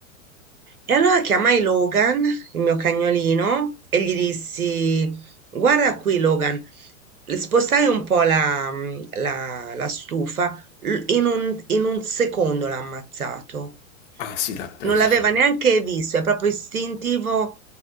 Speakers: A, on the right; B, on the left.
A: E allora chiamai Logan, il mio cagnolino, e gli dissi: Guarda qui, Logan, spostai un po' la, mm, la- la stufa, l- in un, in un secondo l'ha ammazzato.
B: Ah sì, l'ha preso
A: Non l'aveva
B: subito.
A: neanche visto, è proprio istintivo,